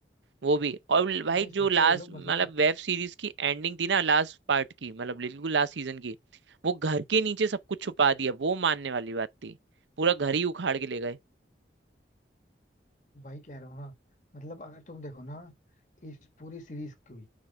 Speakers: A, on the right; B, on the left.
A: वो भी और भाई
B: और भाई सोचो
A: जो लास्ट
B: ये लोग
A: मतलब
B: मतलब
A: वेब सीरीज की एंडिंग थी ना लास्ट पार्ट की मतलब बिल्कुल लास्ट सीजन की वो घर के नीचे सब कुछ छुपा दिया वो मानने वाली बात थी पूरा घर ही उखाड़ के ले गए
B: वही कह रहा हूँ हाँ मतलब अगर तुम देखो ना इस पूरी सीरीज की हुई